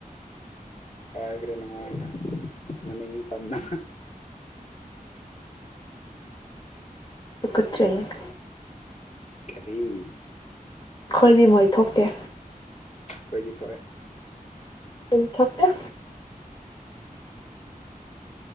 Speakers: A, on the left (about 50°); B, on the left (about 30°).
A: ꯄꯥꯏꯈ꯭ꯔꯦ ꯅꯨꯡꯉꯥꯏꯅ ꯃꯅꯤꯡꯇꯝꯅ
B: ꯇꯨꯀꯠꯆꯩ ꯍꯦ
A: ꯀꯔꯤ
B: ꯑꯩꯈꯣꯏꯅꯦ ꯃꯣꯏ ꯊꯣꯛꯇꯦ
A: ꯑꯩꯈꯣꯏꯗꯤ ꯊꯣꯛꯑꯦ
B: ꯑꯩꯈꯣꯏꯗꯤ ꯊꯣꯛꯑꯦ